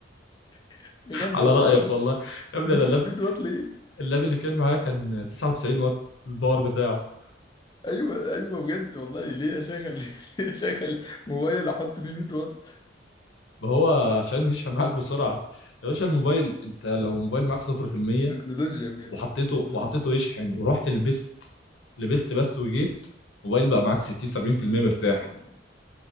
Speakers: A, on the left; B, on the left.
A: <laughs> بجد
B: على
A: ما بهزرش
B: رايك والله يا ابني
A: 100
B: انا اللاب
A: 100 وات ليه؟
B: اللاب اللي كان معايا كان 99 واط الباور بتاعه
A: ايوه ايوه بجد والله ليه اشغل <laughs> ليه اشغل موبايل احط فيه 100 وات
B: ما هو عشان يشحن معاك بسرعه يا باشا الموبايل انت لو موبايل معاك 0%
A: تكنولوجيا بجد
B: وحطيته
A: مم.
B: وحطيته يشحن ورحت لبست لبست بس وجيت موبايل بقى معاك 60 70%
A: <laughs>
B: مرتاح